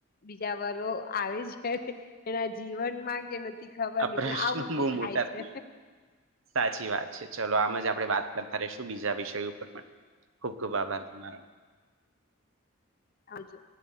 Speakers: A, on the left (about 45°); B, on the right (about 65°).
A: બીજા વરો આવે છે. એના જીવનમાં કે નથી ખબર
B: આ
A: ન
B: પ્રશ્ન
A: પણ આવું
B: બહુ
A: થાય
B: મોટા
A: છે.
B: થઈ ગયા. સાચી વાત છે ચલો આમ જ આપડે વાત કરતા રેશું બીજા વિષય ઉપર પણ ખુબ ખુબ આભાર તમારો
A: હાજુ